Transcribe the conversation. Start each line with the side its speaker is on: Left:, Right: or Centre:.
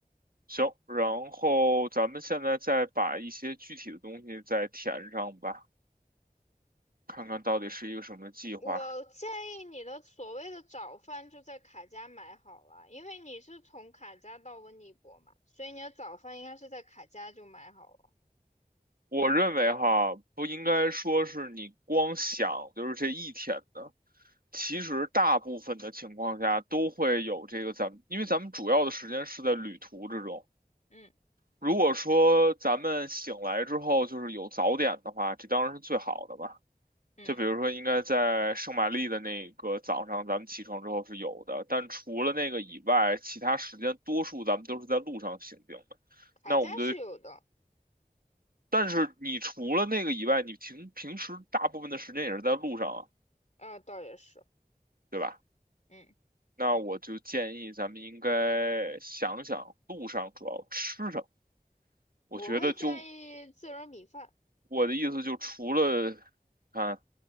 Right: 行，然后咱们现在再把一些具体的东西再填上吧，看看到底是一个什么计划。
Left: 我建议你的所谓的早饭就在卡家买好了，因为你是从卡家到温尼伯嘛，所以你的早饭应该是在卡家就买好了。
Right: 我认为哈，不应该说是你光想就是这一天的，其实大部分的情况下都会有这个咱们，因为咱们主要的时间是在旅途之中。
Left: 嗯
Right: 如果说咱们醒来之后就是有早点的话，这当然是最好的吧。
Left: 嗯，
Right: 就比如说，应该在圣玛丽的那个早上，咱们起床之后是有的，但除了那个以外，其他时间多数咱们都是在路上行进的。
Left: 卡家是有的，
Right: 那我们对，但是你除了那个以外，你平平时大部分的时间也是在路上啊，
Left: 呃，倒也是，
Right: 对吧？
Left: 嗯，
Right: 那我就建议咱们应该想想路上主要吃什么。我觉得就
Left: 我会建议自热米饭，
Right: 我的意思就除了，看，